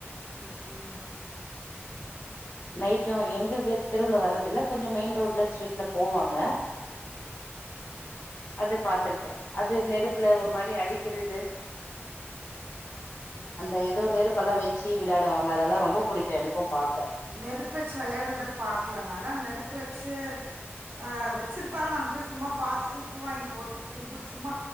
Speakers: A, on the right; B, on the left.
A: ம் ம்
B: நைட்டு எங்க வெ தெருவ்ல வர்றதில்ல கொஞ்ச மெயின் ரோட்ல ஸ்ட்ரீட்ல போவாங்க அது பாத்துருக்கே அது நெருப்புல ஒரு மாரி அடிக்கிறது அந்த எதோ நெருப்பல்லா வெச்சு விள்யாடுவாங்க அதல்லா ரொம்ப புடிக்கு எனுக்கு பாக்க
A: நெருப் வச்சு வெள்யாட்றத பாக்ல நான நெருப்பு வெச்சு அ வெச்சிர்ப்பாங்க நாங்க போய் சும்மா பாத்துட்டு உப்பு வாங்கி போட்டு கும்புட் சும்மா